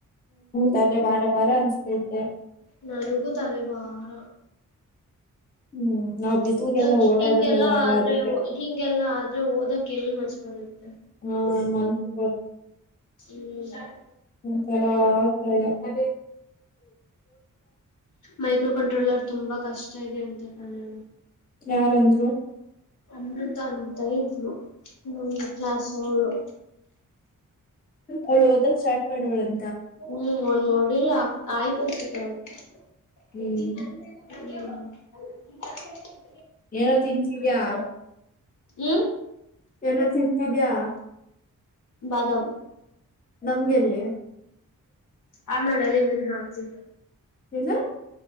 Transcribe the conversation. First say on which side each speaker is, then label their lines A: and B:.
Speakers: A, on the left; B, on the left.
A: ತಲೆ ಭಾರ ಭಾರ ಅನ್ಸ್ತೈತೆ
B: ನನಗು ತಲೆಬಾರ
A: ಹ್ಮ್ ನಾವ್ ಬಿಸ್ಲಿಗೆಲ್ಲ
B: ಓದಕ್
A: ಓಡಾಡಲ್ಲಲ್ಲ
B: ಹಿಂಗೆಲ್ಲ
A: ಅಲ್ಲ
B: ಆದ್ರೆ
A: ಅದಕ್ಕೆ
B: ಹಿಂಗೆಲ್ಲ ಆದ್ರೆ ಓದಕ್ ಎಲ್ ಮನಸ್ಸು ಬರುತ್ತೆ
A: ಹಾ ಮನ್ಸು
B: ಹ್ಮ್
A: ಒಂಥರ ಆತಾಯ <unintelligible>
B: ಮೈಕ್ರೋ ಕಂಟ್ರೋಲರ್ ತುಂಬಾ ಕಷ್ಟ ಇದೆ ಅಂತ ಕಣೆ
A: ಯಾರ ಅಂದರು
B: ಅಮೃತ ಅಂತ ಇದ್ಲು ನಮ್ಮ ಕ್ಲಾಸ್ ಅವಳು
A: ಅವ್ಳು ಓದಕ್ ಸ್ಟಾರ್ಟ್ ಮಾಡ ಅವ್ಳಂ
B: ಹ್ಮ್ ಒಂದ್ ಮಾಡಿಲ್ ಆ ಆಯ್ತ ಅನ್ಸತ ಅವಳದ
A: ಹ್ಮ್
B: ಹ್ಮ <unintelligible>
A: ಏನೋ ತಿಂತಿದ್ಯಾ
B: ಹ್ಮ್
A: ಏನೋ ತಿಂತಿದ್ಯಾ
B: ಬಾದಾಮ
A: ನಮ್ಗೆಲ್ಲಿ
B: ಆ ಮಾಡಲ್ಲಿ ಇದನ್ನಾ ಹಾಕ್ತೀನಿ
A: ಏನು